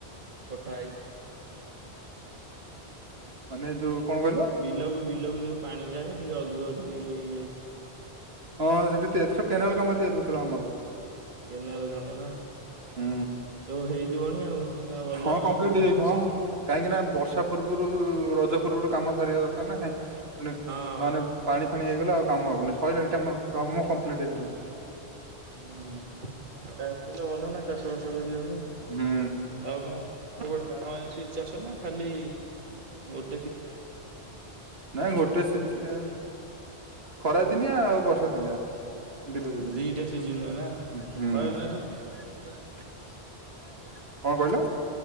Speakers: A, on the right; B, on the right.
A: କଟା ହେଇକି?
B: ମାନେ ଯୋଉ କଣ କହିଲ
A: ବିଲକୁ ବିଲକୁ ଯୋଉ ପାଣି ଯାଏ ଟିକେ ଅଧିକ ଟିକେ ଇଏ ହେଇଯାଇଛି।
B: ହଁ ସେଠି ତ ଏଥର କେନାଲ କାମ ତିଆରି ହଉଥିଲା ଆମର।
A: କେନାଲ କାମ ନା।
B: ହୁଁ
A: ସବୁ ହେଇଯିବଣି ଆଉ ନା ଭଲ
B: ହଁ କମ୍ପ୍ଲିଟ
A: ଇଏ
B: ହେଇଯାଇଛି।
A: ଚାଷୀ
B: ହଁ କାହିଁକି ନା ବର୍ଷା ପୂର୍ବରୁ ରଜ ପୂର୍ବରୁ କାମ ସରିଆ ଦରକାର ନା କାଇଁ ଣି
A: ହଁ।
B: ନହେଲେ ପାଣି ପୁଣି ହେଇଗଲେ ଆଉ କାମ ହବନି ସଇଲାଣି କାମ କାମ କମ୍ପ୍ଲିଟ୍ ହେଇଗଲାଣି।
A: ହୁଁ ଖରା ହେଇଥିଲେ ଭଲ ନା। ଟେସ୍ ଚାଷ କରିବାପାଇଁ
B: ହୁଁ
A: ଆଉ କଣ ଆ ଗୋଟ ବାରମାସି ଚାଷ ନା ଖାଲି ଗୋଟ୍
B: ନାଇଁ ଗୋଟେ ସିଜିନ୍। ଖରା ଦିନିଆ ଆଉ ବର୍ଷା ଦିନିଆ ଦିଇଟା ଦିଦିନ
A: ଦିଟା ସିଜିନ୍ ନା
B: ହୁଁ।
A: ଖରାଦିନ
B: କଣ
A: ସବୁ କଣ କଣ ଲଗାହଉଛି?
B: କହିଲ?